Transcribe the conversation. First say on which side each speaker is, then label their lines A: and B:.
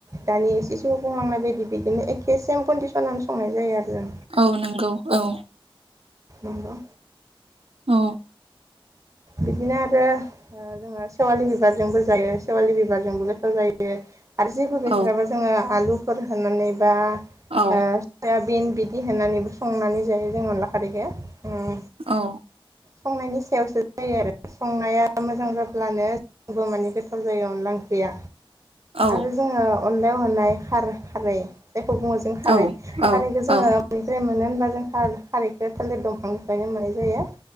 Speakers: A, on the right; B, on the right.
A: दानि इसे सिगाङाव बुंलांनाय बायदि बिदिनो एखे सेम कन्दिसनावनो संनाय जायो आरो। जों
B: औ नोंगौ औ।
A: नंगौ।
B: औ।
A: बिदिनो आरो ओ जोङो सेवालि बिबारजोंबो जायो सेवालि बिबारजोंबो गोथाव जायो। आरो जेबो गैथ्राबा
B: औ
A: जोङो आलु फोर होनानै बा
B: औ
A: ओ सयाबिन बि होनानैबो संनानै जायो जों अनला खारैखो उम।
B: औ।
A: संनायनि सायावसो जायो आरो संनाया मोजां जाब्लानो <unintelligible> माने गोथाव जायो अनला ओंख्रिया।
B: औ
A: आरो जोङो अनलायाव होनाय खार खारै जायखौ बुङो जों खारै
B: औ
A: खारैखो जोङो
B: औ
A: मनिफ्राय मोनो बा जों खार-खारैखो थालिर दंफांनिफ्रायनो मोननाय जायो।